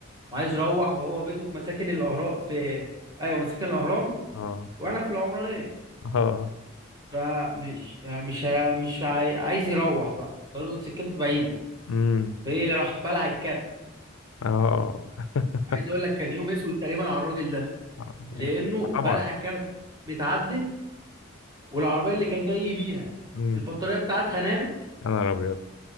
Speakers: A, on the right (about 20°); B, on the left (about 85°).
A: وعايز يروح وهو بيته في مساكن الاهرام في ايوه مساكن الاهرام
B: أه
A: واحنا في العمرانيه
B: أه
A: فمش يعني مش ه- مش عاي- عايز يروح بقى طريقه سكته بعيده
B: مم.
A: فايه راح بلع الكارت
B: أه <laughs>
A: عايز اقول لك كان يوم اسود تقريبا على الراجل ده
B: آه. يعني
A: لانه
B: طبعا
A: بلع كارت متعدن والعربيه اللي كان جاي بيها
B: مم.
A: البطاريه بتاعتها نامت
B: يا نهار ابيض